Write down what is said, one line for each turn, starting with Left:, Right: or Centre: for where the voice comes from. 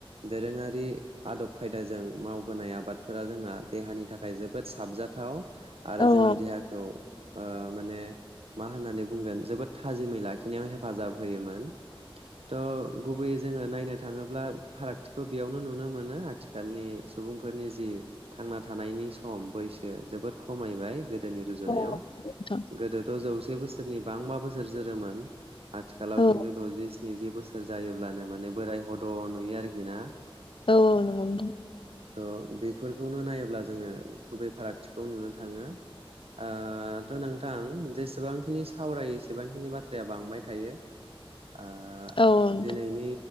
Right: दोरोङारि आदब खायदाजों माव मावबोनाय आबादफोरा जोंना देहानि थाखाय जोबोद साबजाथाव। आरो
Left: औ
Right: जोंनि देहाखौ ओ माने मा होननानै बुंगोन जोबोद थाजिमै लाखिनायाव हेफाजाब होयोमोन। थह गुबैयै जोङो नायनो थाङोब्ला फारागथिखौ बेयावनो नुनो मोनो आथिखालनि सुबुंफोरनि जि थांना थानायनि सम बैस जोबोद खमायबाय गोदोनि रुजुनायाव
Left: औ नोंथां
Right: गोदोथ' जौ से बोसोरनि बांबा बोसोर जोरोमोन। आथिखालाव
Left: औ
Right: खिन्थु दजि स्निजि बोसोर जायोब्लानो माने बोराय हद' नुयो आरोखि ना।
Left: औ औ नोंगों नोंथां।
Right: थ' बेफोरखौनो नायोब्ला जोङो गुबै फारागथिखौ नुनो थाङो। ओ थ' नोंथां जेसेबांखिनि सावरायो एसेबांखिनि बाथ्राया बांबाय थायो। आ
Left: औ औ नोंथां
Right: दिनैनि